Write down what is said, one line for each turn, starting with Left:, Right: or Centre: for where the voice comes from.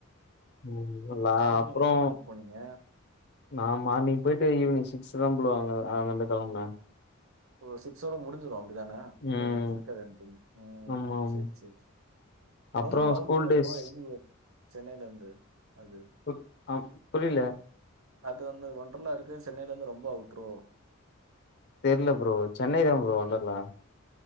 Left: ம் லா
Right: காலை
Left: அப்றோ
Right: நீங்க எத்தனை மணிக்கு போனீங்க
Left: நான் மார்னிங் போய்ட்டு ஈவினிங் சிக்ஸ்தா ப்ரோ அங்க அங்கருந்து கெளம்புன
Right: ஓ சிக்ஸோட முடிஞ்சிரும் அப்டிதான
Left: ம்
Right: அதுக்கடுத்து இருக்காது எனக்கு தெரிஞ்சு உம்
Left: ஆமா ஆமா
Right: சரி சரி
Left: அப்றோ
Right: ரொம்ப அவுட்ரா
Left: ஸ்கூல் டேஸ்
Right: ப்ரோ எப்டி‌ ப்ரோ சென்னைலருந்து அது
Left: பு ஆ புரியல
Right: அது வந்து ஒன்ட்ரலா இருக்கு சென்னையில இருந்து ரொம்ப அவுட்ரோ
Left: தெர்ல ப்ரோ சென்னை தான் ப்ரோ ஒன்டர்லா